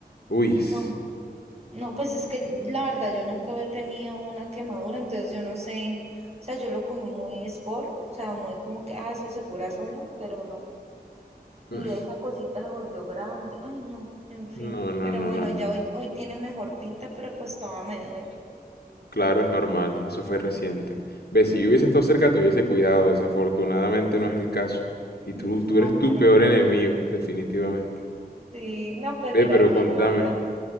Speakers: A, on the left; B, on the right.
A: Uy. s-
B: no, no, pues es que la verdad yo nunca había tenido una quemadura, entonces yo no sé, o sea, yo lo cogí muy sport, o sea, muy como que, ah, eso se cura solo, pero no. Y
A: mm,
B: esa cosita se volvió grande, ay no, en fin.
A: No, no,
B: Pero
A: no,
B: bueno,
A: no, no.
B: ya hoy, hoy tiene mejor pinta, pero pues todavía me duele.
A: Claro, es normal, eso fue reciente. Ve, si yo hubiese estado cerca, te hubiese cuidado, desafortunadamente no es el caso. Y
B: Mm,
A: tú, tú
B: hombre.
A: eres tu peor enemigo, definitivamente.
B: Sí, no, pues mira
A: Ve, pero
B: quién
A: contame.
B: habla.